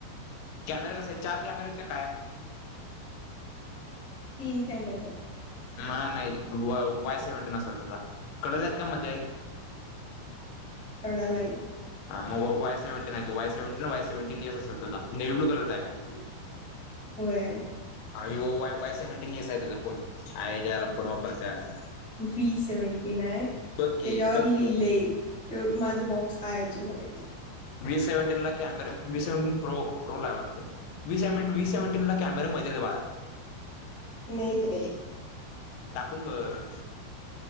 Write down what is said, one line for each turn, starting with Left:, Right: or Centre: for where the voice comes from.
Left: कॅमेरा कसा आहे चार कॅमेरेत का काय
Centre: तीन कॅमेरा
Left: म नाही वाय सेव्हन्टीन असाल तुझा कडला आहेत का मध्ये आहेत
Centre: कडला आहेत.
Left: हा मग वाय सेव्हन्टीन आहे. वाय सेव्हनटीन वाय सेव्हन्टीन असेल तझा नेव्ही ब्लू कलरचा आहे का?
Centre: होय
Left: आणि वाय वाय सेव्हन्टीन यस आहे तुझ फोन आय जायला फोन वापरत्यास.
Centre: व्ही सेव्हन्टीन आहे.
Left: बघ की
Centre: त्याच्यावर
Left: बघ
Centre: लिहलय
Left: की
Centre: ते माझ बॉ हाय <unintelligible>
Left: व्ही सेव्हनटीन ला camera V seventeen pro pro ला आहेत वाटत व सेव व्ही सेव्हनटीन ला कॅमेरा मध्येच बाया
Centre: नाहीत रे
Left: ण बर